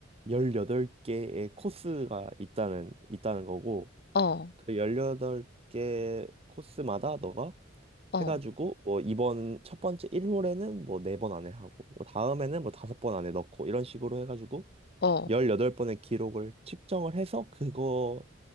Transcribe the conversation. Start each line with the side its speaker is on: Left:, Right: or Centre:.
Right: 18개의 코스가 있다는, 있다는 거고,
Left: 어,
Right: 그 18개 코스마다 너가
Left: 어,
Right: 해가지고, 뭐, 이번 첫 번째 1홀에는 뭐, 4번 안에 하고, 뭐, 다음에는 뭐, 5번 안에 넣고, 이런 식으로 해가지고,
Left: 어.
Right: 18번의 기록을 측정을 해서 그거의